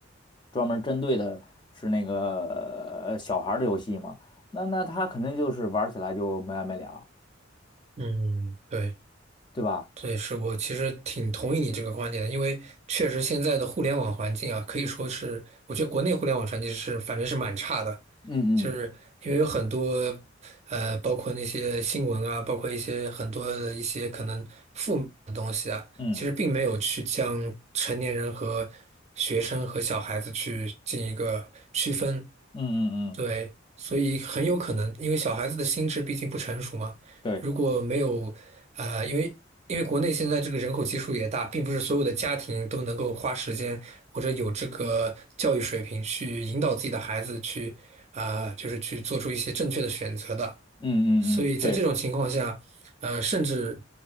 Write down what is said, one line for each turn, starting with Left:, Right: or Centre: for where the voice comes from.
Left: 专门针对的是那个呃小孩儿的游戏嘛，那那他肯定就是玩起来就没完没了。
Right: 嗯，对。
Left: 对吧？
Right: 这也是我其实挺同意你这个观点的，因为确实现在的互联网环境啊，可以说是，我觉得国内互联网环境是反正是蛮差的，
Left: 嗯嗯
Right: 就是因为有很多呃，包括那些新闻啊，包括一些很多的一些可能负面的东西啊，
Left: 嗯
Right: 其实并没有去将成年人和学生和小孩子去进一个区分，
Left: 嗯嗯嗯，
Right: 对，所以很有可能因为小孩子的心智毕竟不成熟嘛。
Left: 对，
Right: 如果没有，呃，因为因为国内现在这个人口基数也大，并不是所有的家庭都能够花时间或者有这个教育水平去引导自己的孩子去，啊、就是去做出一些正确的选择的。
Left: 嗯
Right: 所以在这种情况下，
Left: 嗯嗯对
Right: 呃，甚至